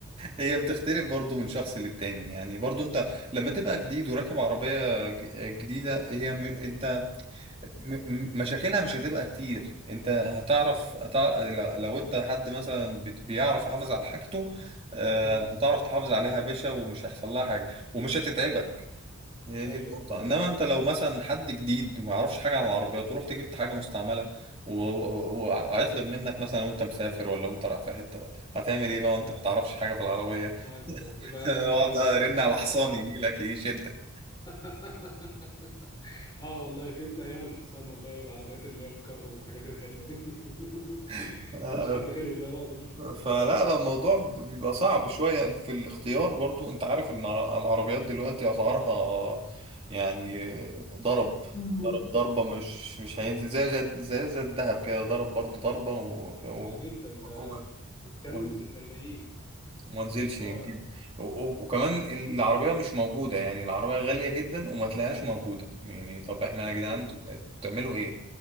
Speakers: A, on the right (about 25°); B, on the left (about 20°).
A: هي بتختلف برضو من شخص للتاني يعني برضو انت لما تبقى جديد وراكب عربية ج- جديدة هي م... انت م... م- مشاكلها مش هتبقى كتير انت هتعرف, هتعرف... لو انت حد مثلا بت- بيعرف يحافظ على حاجته آه،
B: مم.
A: هتعرف تحافظ عليها يا باشا ومش هيحصل لها حاجة ومش هتتعبك هي
B: ايوه
A: دي النقطة انما انت لو مثلا حد جديد ما يعرفش حاجة عن العربيات ورحت جبت حاجة مستعملة و- و- وهيطلب منك مثلا وانت مسافر ولا وانت رايح في حتة هتعمل ايه بقى وانت
B: مم.
A: ما تعرفش حاجة في العربية
B: ده ده
A: <laughs>
B: هتبقى ازمه
A: اقعد
B: لعينه
A: ارن
B: فعلا
A: على حصاني
B: يا
A: يجي لك يشدك
B: <laughs> اه والله فين ايام الحصان والله والعربيات اللي هي الكار والحاجات الحلوه دي <laughs>
A: <laughs>
B: كانش حد غلب يا راجل
A: فلا الموضوع بيبقى صعب شوية في الاختيار برضو انت عارف ان العربيات دلوقتي اسعارها يعني ضرب
B: مم.
A: ضرب ضربة مش مش هينزل زي زي زي, زي الذهب كده ضرب برضو ضربة و... و...
B: اه جدا ده
A: هو
B: بيتكلم
A: وما
B: في الملايين
A: انزلش
B: اه
A: يمكن و... و... وكمان العربية مش موجودة يعني العربية غالية جدا وما تلاقيهاش موجودة يعني طب احنا يا جدعان
B: مم.
A: انتوا بت- بتعملوا ايه؟